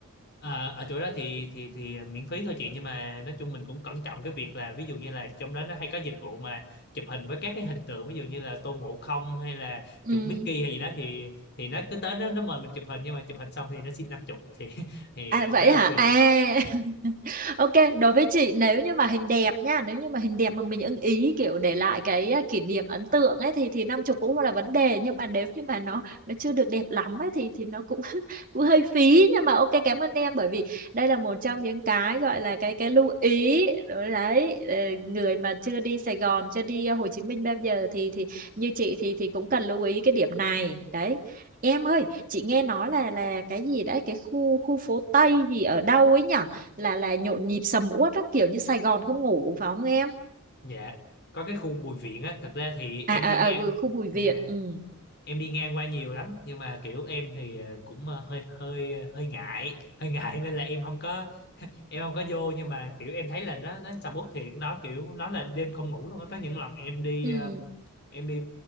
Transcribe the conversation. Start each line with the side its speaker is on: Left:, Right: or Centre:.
Left: À, ở chỗ đó thì thì thì miễn phí thôi chị nhưng mà nói chung mình cũng cẩn trọng cái việc là ví dụ như là trong đó nó hay có dịch vụ mà chụp hình với các cái hình tượng ví dụ như là Tôn Ngộ Không hay là
Right: Ừ.
Left: chuột Mickey hay gì đó thì thì nó cứ tới nó nó mời mình chụp hình nhưng mà chụp hình xong thì nó xin năm chục thì <laughs> thì
Right: À, vậy
Left: khá là
Right: hả?
Left: phiền
Right: À, <laughs> ok. Đối với chị, nếu như mà hình đẹp nha, nếu như mà hình đẹp mà mình ưng ý kiểu để lại cái à, kỷ niệm ấn tượng ấy thì thì năm chục cũng không là vấn đề. Nhưng mà nếu như mà nó nó chưa được đẹp lắm ấy thì thì nó cũng <laughs> cũng hơi phí. Nhưng mà ok, cảm ơn em bởi vì đây là một trong những cái gọi là cái cái lưu ý đối đấy. Ờ, Người mà chưa đi Sài Gòn, chưa đi à, Hồ Chí Minh bao giờ thì thì như chị thì thì cũng cần lưu ý cái điểm này đấy. Em ơi, chị nghe nói là là cái gì đấy cái khu khu phố Tây gì ở đâu ấy nhở là là nhộn nhịp sầm uất lắm kiểu như Sài Gòn không ngủ phải không em
Left: dạ có cái khu Bùi Viện á thực ra thì em
Right: à à,
Left: đi ngang
Right: à vừa khu Bùi Viện
Left: à,
Right: ừ
Left: em đi ngang qua nhiều lắm nhưng mà kiểu em thì ờ, cũng ờ, hơi hơi à, hơi ngại <laughs> hơi ngại nên là em không có em không có vô nhưng mà kiểu em thấy là nó nó sầm uất thiệt nó kiểu nó là đêm không ngủ luôn á. có những lần em đi
Right: ừ
Left: ờ, em đi